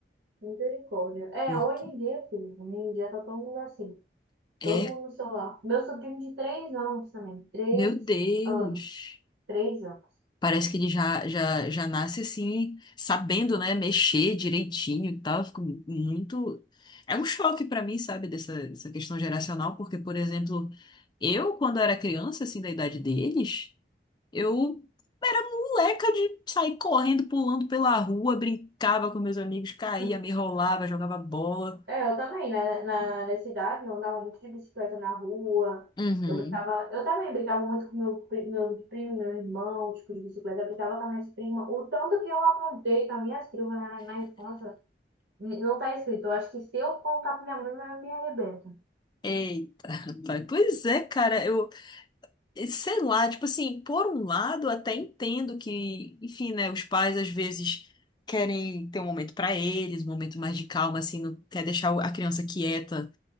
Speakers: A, on the right; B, on the left.
A: misericórdia. É,
B: Porque
A: hoje em dia, filho, hoje em dia tá todo mundo assim, todo
B: é,
A: mundo no celular. Meu sobrinho de três anos também, três
B: meu Deus.
A: anos, três anos.
B: Parece que ele já, já, já nasce assim, sabendo, né, mexer direitinho e tal. Eu Fico muito. É um choque pra mim, sabe, dessa, dessa questão geracional, porque, por exemplo, eu, quando era criança, assim, da idade deles, eu era moleca de sair correndo, pulando pela rua, brincava com meus amigos, caía,
A: <laughs>
B: me enrolava, jogava bola.
A: É, eu também, né? Na, na cidade, eu andava muito de bicicleta na rua,
B: Uhum.
A: eu brincava, eu também brincava muito com meu, pri- meu primo, meu irmão, tipo, de bicicleta, eu brincava com as minhas primas, o tanto que eu aprontei com as minhas primas na, na infância, Não tá escrito. Eu acho que se eu contar pra minha mãe, minha mãe me arrebenta.
B: Eita, <laughs> rapaz. Pois é, cara, eu. sei lá, tipo assim, por um lado, até entendo que, enfim, né, os pais às vezes querem ter um momento pra eles, um momento mais de calma, assim, não quer deixar o- a criança quieta